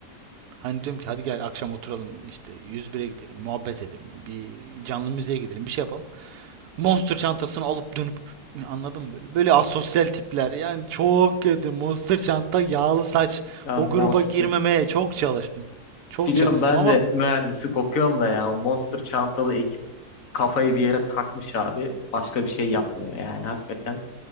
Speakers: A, on the right; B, on the left.
A: Hani diyorum ki hadi gel akşam oturalım işte 101'e gidelim, muhabbet edelim, bir canlı müziğe gidelim, bir şey yapalım. Monster çantasını alıp dönüp anladın mı böyle? Böyle asosyal tipler. Yani çok kötü. Monster çanta, yağlı saç.
B: Ya
A: O
B: Monster.
A: gruba girmemeye çok çalıştım. Çok
B: Biliyorum
A: çalıştım
B: ben
A: ama
B: de mühendislik okuyorum da ya. O Monster çantalı ekip kafayı bir yere takmış abi. Başka bir şey yapmıyor yani hakikaten.